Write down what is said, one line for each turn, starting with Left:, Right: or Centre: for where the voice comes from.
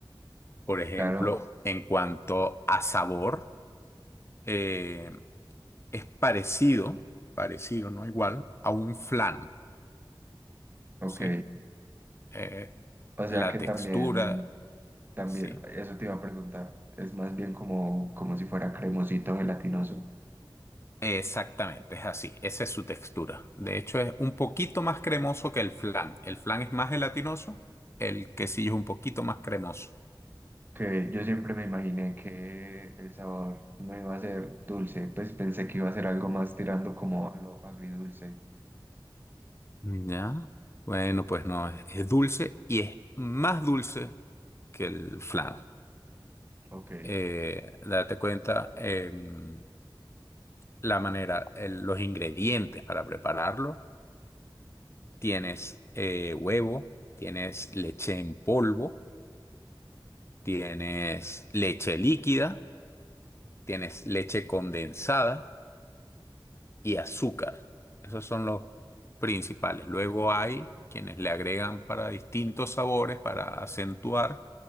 Left: Por ejemplo,
Right: Claro,
Left: en cuanto a sabor, eh, es parecido, parecido, no igual, a un flan,
Right: ok.
Left: ¿sí? Eh,
Right: O sea
Left: la
Right: que
Left: textura,
Right: también, también,
Left: sí.
Right: eso te iba a preguntar. Es más bien como, como si fuera cremosito gelatinoso.
Left: Exactamente, es así. Esa es su textura. De hecho, es un poquito más cremoso que el flan. El flan es más gelatinoso, el quesillo es un poquito más cremoso.
Right: que yo siempre me imaginé que el sabor no iba a ser dulce, pues pensé que iba a ser algo más tirando como a lo agridulce.
Left: Ya. Bueno, pues no, es, es dulce y es más dulce que el flan.
Right: Ok,
Left: Eh, date cuenta, em, la manera, el- los ingredientes para prepararlo. Tienes eh, huevo, tienes leche en polvo. Tienes leche líquida, tienes leche condensada y azúcar. Esos son los principales. Luego hay quienes le agregan para distintos sabores, para acentuar